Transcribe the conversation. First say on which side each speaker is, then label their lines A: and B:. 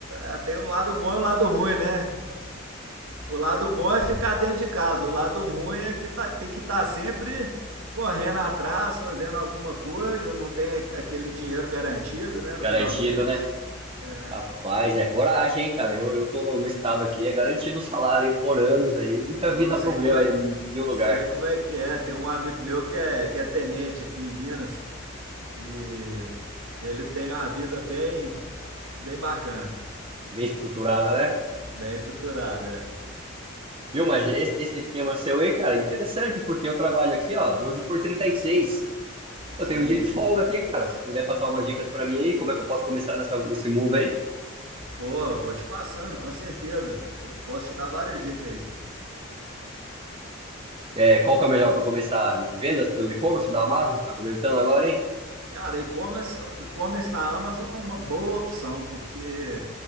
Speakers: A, on the right; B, on the right.
A: É, tem um lado bom e um lado ruim, né? O lado bom é ficar dentro de casa, o lado ruim é que tá, tem que estar tá sempre correndo atrás, fazendo alguma coisa, não tem aquele dinheiro garantido né, no
B: Garantido,
A: final do mês.
B: né?
A: É.
B: Rapaz, é coragem, hein, cara? Eu, eu tô no, no estado aqui, é garantido o salário hein, por anos aí. Nunca
A: Pô,
B: vi dar
A: sei
B: problema
A: como é que,
B: em nenhum
A: sei
B: lugar.
A: como é que é. Tem um amigo meu que é, que é tenente aqui em Minas e ele tem uma vida bem, bem bacana,
B: Bem estruturada, né?
A: bem estruturada. é.
B: Viu, mas esse, esse esquema seu aí, cara, é interessante, porque eu trabalho aqui, ó, 12 por 36. Eu
A: Sim,
B: tenho um dia de
A: sim.
B: folga aqui, cara. Se puder passar umas dicas pra mim aí, como é que eu posso começar nessa, nesse mundo aí?
A: Pô, vou te passando, com certeza. Eu posso te dar várias dicas aí.
B: É, qual que é melhor para começar? Vendas pelo e-commerce da Amazon, você tá comentando agora, hein?
A: Cara, e-commerce, e-commerce na Amazon é uma boa opção, porque